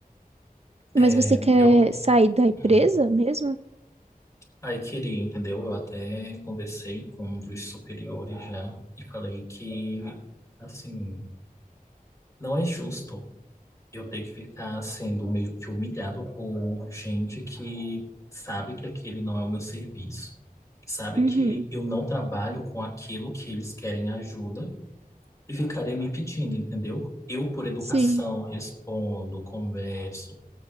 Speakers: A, on the right (about 45°); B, on the left (about 20°).
A: Mas
B: É,
A: você quer
B: eu.
A: sair da empresa
B: hum,
A: mesmo?
B: aí queria, entendeu? Eu até conversei com um dos superiores já e falei que, assim, não é justo. Eu tenho que ficar sendo meio que humilhado por gente que sabe que aquele não é o meu serviço, sabe
A: Uhum.
B: que eu não trabalho com aquilo que eles querem ajuda e ficarem me pedindo, entendeu? Eu, por educação,
A: Sim.
B: respondo, converso,